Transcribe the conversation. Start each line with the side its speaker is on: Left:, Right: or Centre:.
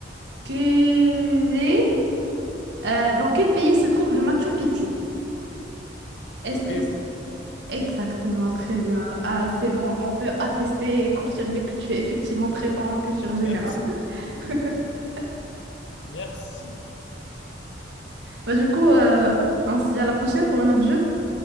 Right: Quel est, euh, dans quel pays se trouve le Machu Picchu? Est-ce
Left: Au Pérou.
Right: que... Exactement, très bien. Ah, c'est bon, on peut attester et confirmer que tu es effectivement très bon en culture générale.
Left: Merci beaucoup.
Right: <laughs>
Left: Merci.
Right: Bah, du coup, euh, on se dit à la prochaine pour un autre jeu.